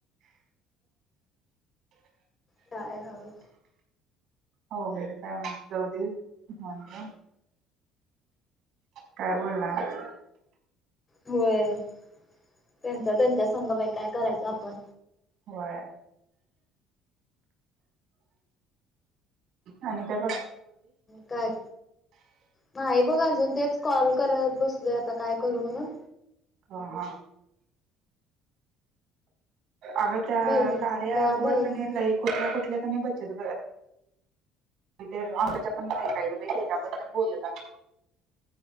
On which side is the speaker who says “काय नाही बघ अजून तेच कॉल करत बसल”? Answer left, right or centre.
Left